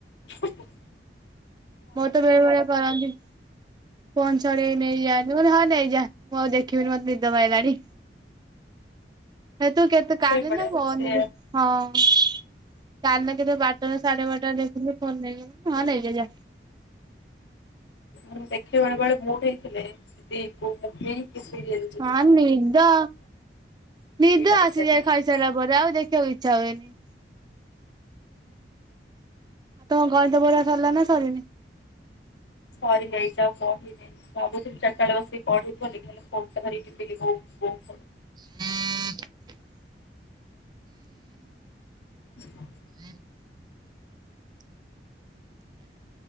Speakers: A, on the left; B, on the right.
A: ହୁଁ ହୁଁ।
B: ମୋର ତ ବେଳେ ବେଳେ କରନ୍ତି। ଫୋନ୍ ଛଡ଼େଇ ନେଇଯାଆନ୍ତି ମୁଁ କଇନି ହଁ ନେଇଯା ମୁଁ ଆଉ ଦେଖିବିନି ମତେ ନିଦ ମାଇଲାଣି। ସେତୁ କେତେ କାଲି
A: ଶୋଇପଡେ
B: ନା ଫଅର୍
A: ସେ
B: ଦିନ ସେତୁ ହଁ। କାଲି ନା କେତେବେଳେ ବାର୍ଟା ନା ସାଢେ ବାର୍ଟା ରେ ଦେଖୁଥିଲି ଫୋନ୍ ନେଇଗଲେ ମୁଁ କଇଲି ହଁ ନେଇଯା ଯାଆ।
A: ମୁଁ ଦେଖିବାର କୁଆଡେ ମୁଡ୍ ହେଇଥିଲେ ଏ କୋଉ ମୁଭି କି ସିରିଏଲ୍
B: ହଁ ନିଦ,
A: ଦିଟା
B: ନିଦ
A: ତିନିଟା
B: ଆସିଯାଏ
A: ଯାଏ।
B: ଖାଇସାଇଲା ପରେ ଆଉ ଦେଖିଆକୁ ଇଚ୍ଛା ହୁଏନି। ଆଉ ତମ ଗଣିତ ପଢ଼ା ସରିଲା ନା ସରିନି?
A: ସରି ଯାଇଛି ଆଉ ପଢିନେଇଁ। ଭାବୁଥିଲି ଚାର୍ଟା ବେଳେ ବସିକି ପଢିବି ବୋଲିକି ହେଲେ ଫୋନ୍ ଟା ଧରିକି ଟିପିଲି <inaudible>
B: <unintelligible>
A: <inaudible>
B: <unintelligible>